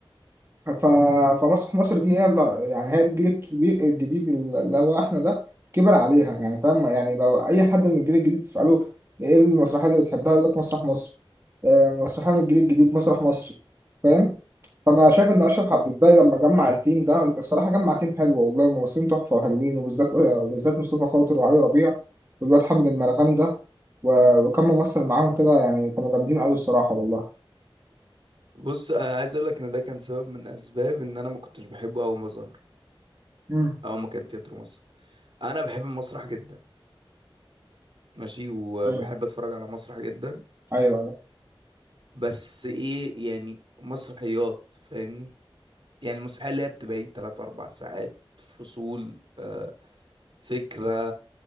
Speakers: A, on the right; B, on the right.
A: ف... فمسرح مصر دي هي اللي- يعني هي الجيل الكبير الجديد اللي هو احنا ده كبر عليها يعني فاهم يعني لو أي حد من الجيل الجديد تسأله ايه المسرحية اللي بتحبها يقول لك مسرح مصر آه، مسرحية من الجيل الجديد مسرح مصر فاهم انا شايف ان اشرف عبد الباقي لما جمع التيم ده الصراحه جمع تيم حلو والله ممثلين تحفه وحلوين وبالذات وبالذات مصطفى خاطر وعلي ربيع والواد حمد المرغني ده و- وكم ممثل معاهم كده يعني كانوا جامدين قوي الصراحه والله
B: بص أنا عايز أقول لك إن ده كان سبب من أسباب إن أنا ما كنتش بحبه أول ما ظهر
A: امم
B: اه ما كان تياترو مصر انا بحب المسرح جدا ماشي وبحب
A: ايوه
B: اتفرج على مسرح جدا
A: ايوه ايوه
B: بس ايه يعني مسرحيات فاهمني يعني المسرحيه اللي هي بتبقى ايه 3 4 ساعات فصول آه فكره